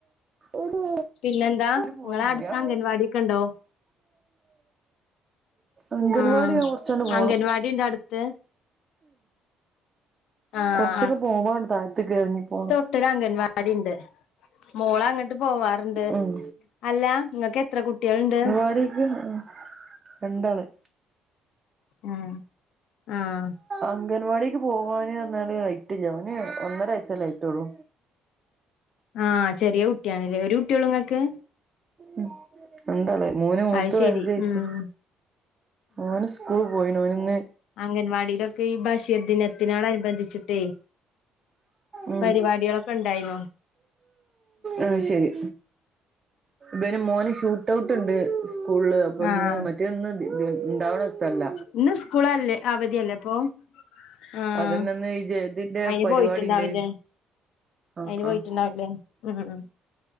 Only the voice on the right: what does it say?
ഇജ്
പോവലില്ലാ
അംഗൻവാടി
ഞാ കൊറച്ചണ്ട് പോണം
കൊറച്ച പോവാണ്ട് താഴ്ത്ക്ക് എറങ്ങി പോണം
ഉം
പഠിക്ക്ന്നോ രണ്ടാള്
അംഗൻവാടിക്ക് പോവാന് പറഞ്ഞാല് അയ്റ്റില്ല ഓന് ഒന്നര വയസല്ലേ ആയ്റ്റാള്ളു
ഉം രണ്ടാള് മോന് മൂത്തത്
അഞ്ച് വയസ്സ്
ഓന് സ്കൂള് പോയിണ് ഓന്ന്ന്ന്
ഉം
ആഹ് ശരി ബന് മോന് ഷൂട്ട് ഔട്ട് ണ്ട് സ്കൂള് അപ്പൊ ഇന്ന്
മറ്റേ ഇന്ന് ഇണ്ടാവണ സല്ല
അതന്നെന്ന് ഈ ഇതിന്റെ
പരിപാടി
ഉണ്ട്
ആഹ്
ആഹ്